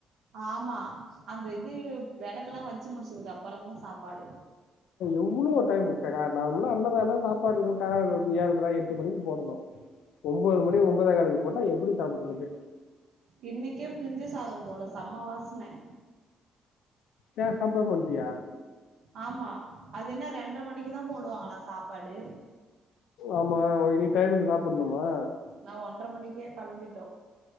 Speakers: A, on the right; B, on the left.
A: ஆமா அந்த இது விளக்கெல்லா வச்சு முடிச்சதுக்கு அப்புறம்தா சாப்பாடு
B: எவ்வளவு டைம் நார்மலா அண்ணதான சாப்பாடுல ஏழுா ர எட்டு மணிக்கு போடணு ஒன்பது மணி ஒன்பதே கால்க்கு போட்டா எப்படி சாப்பிட்ரது
A: இன்னைக்கே பிரிஞ்சு சாத போல சம்ம வாசன
B: ஏ சாப்பிடாம வந்துடைய
A: ஆமா அது என்ன ரெண்டர மணிக்கு தா போடுவாங்களா சாப்பாடு
B: ஆமா இனி டைமுக்கு சாப்பிடணுமா
A: நா ஒன்றர மணிக்கே கிளம்பிட்டோம்